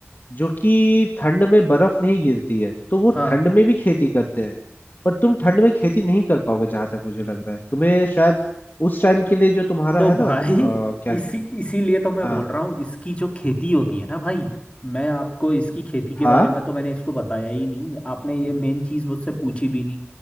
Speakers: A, on the left (about 45°); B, on the left (about 25°).
A: जो कि ठंड में बर्फ नहीं गिरती है तो वो
B: हाँ
A: ठंड में भी खेती करते हैं पर तुम ठंड में खेती नहीं कर पाओगे जहां तक मुझे लग रहा है तुम्हें शायद उस टाइम के लिए जो तुम्हारा
B: तो
A: है
B: भाई
A: ना अ,
B: <laughs>
A: क्या
B: इसी
A: कहते
B: इसीलिए तो
A: हैं
B: मैं बोल
A: हाँ
B: रहा हूँ इसकी जो खेती होती है ना भाई मैं आपको इसकी खेती के
A: हाँ
B: बारे में तो मैंने इसको बताया ही नहीं आपने ये मेन चीज मुझसे पूछी भी नहीं